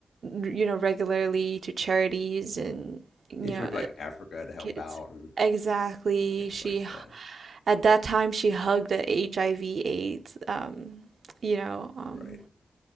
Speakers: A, on the right; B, on the left.
A: you know, regularly to charities and, you
B: Yeah, she
A: know,
B: went
A: uh,
B: to like Africa to help
A: kids.
B: out and
A: Exactly.
B: things
A: She,
B: like that.
A: at that time, she hugged the HIV/AIDS, um, you know, um,
B: Right.